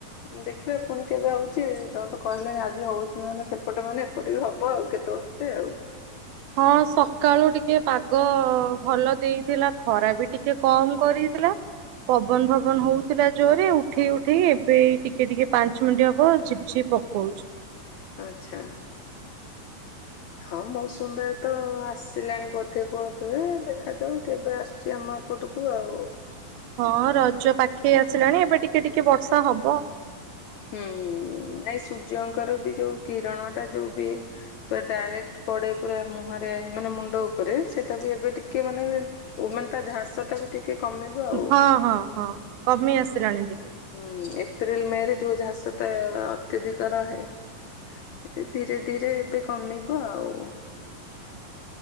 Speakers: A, on the left; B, on the right.
A: ଦେଖିବା ପୁଣି କେବେ ହଉଛି ତମେ ତ କହିଲଣି ଆଜି ହଉଛି ମାନେ ସେପଟେ ମାନେ ଏପଟେ ବି ହବ ଆଉ କେତେବେଳେ। ଏମିତି ଆଉ।
B: ହଁ ସକାଳୁ ଟିକେ ପାଗ ଭଲ ଦେଇଥିଲା ଖରା ବି ଟିକେ କମ କରିଥିଲା। ପବନ ଫବନ ହଉଥିଲା ଜୋର ରେ ଉଠେଇ ଉଠେଇ ଏବେ ଏଇ ଟିକେ ଟିକେ ପାଞ୍ଚ ମିନିଟ୍ ହବ ଝିପ୍ ଝିପ୍। ପକଉଛି।
A: ଓଃ ଆଚ୍ଛା।
B: ହୁଁ।
A: ହଁ ମୌସୁମୀ ବାୟୁ ତ ଆସିଲାଣି ବୋଧେ ବୋଧୁଏ ଦେଖାଯାଉ କେବେ ଆସୁଛି ଆମ। ଏପଟୁକୁ ଆଉ।
B: ହଁ ରଜ ପାଖେଇ ଆସିଲାଣି ଏବେ ଟିକେ ଟିକେ ବର୍ଷା ହବ।
A: ହୁଁ ନାଇଁ ସୂର୍ଯ୍ୟଙ୍କର ବି ଯୋଉ କିରଣ ଟା ଯୋଉ ବି। ପୁରା ଡାଇରେକ୍ଟ ପଡେ ପୁରା ମୁହଁରେ ମାନେ ମୁଣ୍ଡ ଉପରେ ସେଇଟା ବି ଏବେ ଟିକେ ମାନେ‌ ବି। ଉ ମାନେ ତା ଝାସ ଟା ବି ଟିକ୍ ଟିକେ କମିବ। ଆଉ।
B: ହଁ ହଁ ହଁ କମି ଆସିଲାଣି ଟିକେ।
A: ହୁଁ ଏପ୍ରିଲ ମେ ରେ ଯୋଉ ଝାସ ଟା ଅତ୍ୟଧିକ ରହେ। ଏ ଧୀରେ ଧୀରେ ଏବେ କମିବ ଆଉ।